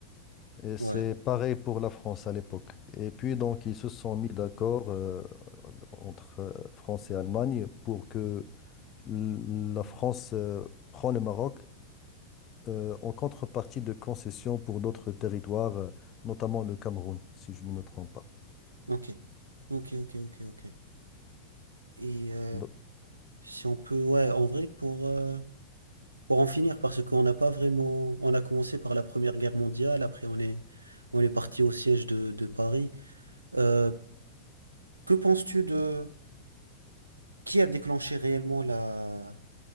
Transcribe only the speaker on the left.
Et c'est
pareil pour la France à l'époque. Et puis, donc, ils se sont mis d'accord. euh, entre euh, France et Allemagne pour que la France euh, prend le Maroc euh, en contrepartie de concessions pour d'autres territoires, euh, notamment le Cameroun, si je ne me trompe pas.
Donc,